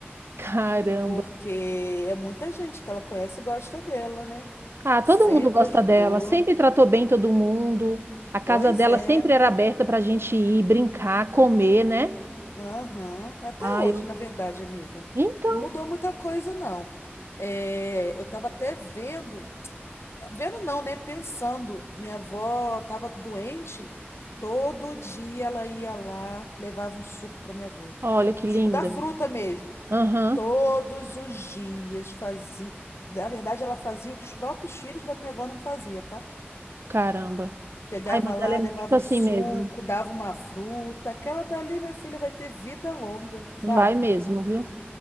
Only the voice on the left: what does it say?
porque é muita gente que ela conhece e gosta dela, né?
Sempre
ajudou.
Pois
é.
Aham. Até
hoje,
na verdade, amiga.
Não mudou muita coisa, não. É, eu estava até vendo, vendo não, né? Pensando, minha avó estava doente, todo dia ela ia lá, levava um suco para minha avó.
Suco
da fruta mesmo.
Todos os dias fazia. Na verdade, ela fazia o que os próprios filhos da minha avó não fazia, tá?
Chegava
lá,
levava
um suco,
dava uma fruta. Aquela dali, minha filha, vai ter vida longa, sabe?